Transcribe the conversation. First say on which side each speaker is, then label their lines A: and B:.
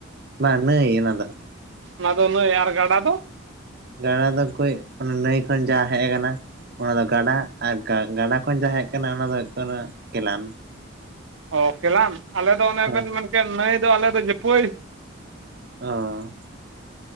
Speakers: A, on the right; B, on the right.
A: ᱵᱟᱝ ᱱᱟᱹᱭ ᱚᱱᱟ ᱫᱚ᱾
B: ᱚᱱᱟ ᱫᱚ ᱱᱟᱹᱭ᱾ ᱟᱨ ᱜᱰᱟ ᱫᱚ?
A: ᱜᱟᱰᱟ ᱫᱚ ᱠᱚᱡ ᱚᱱᱮ ᱱᱟᱹᱭ ᱠᱷᱚᱡ ᱡᱟ ᱦᱮᱡ ᱟᱠᱟᱱᱟ᱾ ᱚᱱᱟ ᱫᱚ ᱜᱟᱰᱟ ᱟᱨ ᱜᱟᱰᱟ ᱠᱷᱚᱱ ᱡᱟᱦᱟᱸ ᱦᱮᱡ ᱠᱟᱱᱟ ᱚᱱᱟ ᱫᱚ ᱦᱩᱭᱩᱜ ᱠᱟᱱᱟ ᱠᱮᱞᱟᱱ᱾
B: ᱚ ᱠᱮᱞᱟᱱ, ᱟᱞᱮ ᱫᱚ ᱚᱱᱮ
A: ᱦᱮᱸ
B: ᱵᱮᱱ ᱢᱮᱱ ᱠᱮᱫ ᱱᱟᱹᱭ ᱫᱚ ᱟᱞᱮ ᱫᱚ ᱡᱟᱹᱯᱟᱹᱭ
A: ᱚᱻ